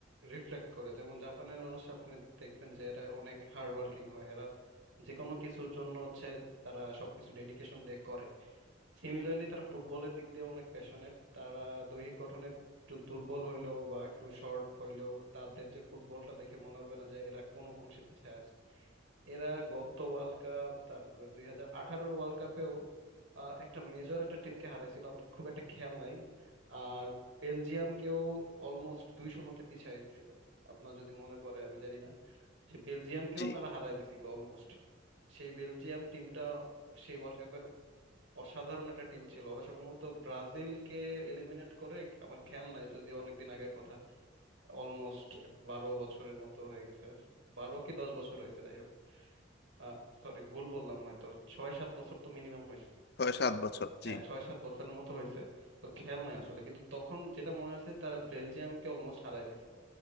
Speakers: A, on the right; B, on the left.
A: রিফ্লেক্ট করে যেমন জাপানের মানুষ আপনি দেখবেন যে এরা অনেক হার্ড ওয়ার্কিং হয় এরা যে কোনো কিছুর জন্য হচ্ছে তারা সবকিছু ডেডিকেশন দিয়ে করে সিমিলারলি তারা ফুটবলের দিক দিয়ে অনেক প্যাশনেট তারা দৈহিক গঠনে একটু দুর্বল হইলেও বা একটু শর্ট হইলেও তাদের যে ফুটবলটা দেখে মনে হবে না যে এরা কোনো অংশে পিছিয়ে আছে এরা গত ওয়ার্ল্ড কাপ তারপরে দুই হাজার আঠারোর ওয়ার্ল্ড কাপেও আহ, একটা মেজর একটা টিমকে হারাইছিল আমার খুব একটা খেয়াল নাই আর বেলজিয়ামকেও অলমোস্ট দুই শূন্যতে পিছিয়ে দিছিল আপনার যদি মনে পড়ে আমি জানি না সে বেলজিয়ামকেও
B: জি
A: তারা হারাই দিছিল অলমোস্ট সেই বেলজিয়াম টিমটা সেই ওয়ার্ল্ড কাপের অসাধারণ একটা টিম ছিল ওরা সম্ভবত ব্রাজিলকে এলিমিনেট করে আমার খেয়াল নাই যদি অনেকদিন আগের কথা অলমোস্ট বারো বছরের মতো হয়ে গেছে বারো কি দশ বছর হয়েছে যাই হোক আহ সরি ভুল বললাম হয়তো ছয় সাত বছর তো মিনিমাম হয়েছে
B: ছয় সাত বছর
A: হ্যাঁ
B: জি
A: ছয় সাত বছরের মতো হয়েছে তো খেয়াল নাই আসলে কিন্তু তখন যেটা মনে আছে তারা বেলজিয়ামকে অলমোস্ট হারাই দিছিল